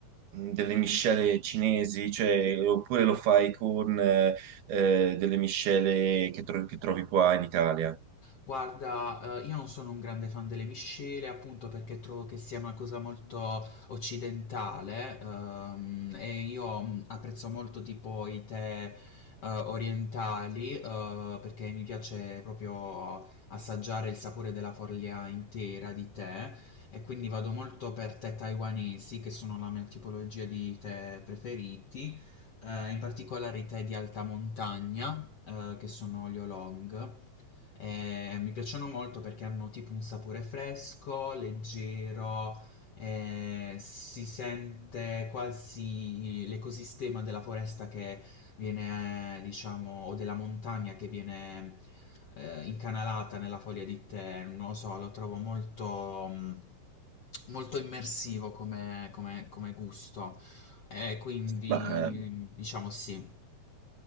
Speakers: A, on the right; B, on the left.
A: mh, delle miscele cinesi, cioè, oppure lo fai con eh, eh, delle miscele che, tro- che trovi qua in Italia.
B: Guarda, eh, io non sono un grande fan delle miscele, appunto perché trovo che sia una cosa molto occidentale, ehm, e io mh, apprezzo molto tipo i tè, eh, orientali, eh, perché mi piace proprio assaggiare il sapore della foglia intera di tè, e quindi vado molto per tè taiwanesi, che sono la mia tipologia di tè preferiti eh, in particolare i tè di alta montagna, eh, che sono gli oolong. E mi piacciono molto perché hanno tipo un sapore fresco, leggero, eh, si sente quasi l'ecosistema della foresta che viene, diciamo, o della montagna che viene eh, incanalata nella foglia di tè. Non lo so, lo trovo molto, mm, molto immersivo come, come- come gusto. Eh, quindi
A: Ma eh,
B: diciamo sì.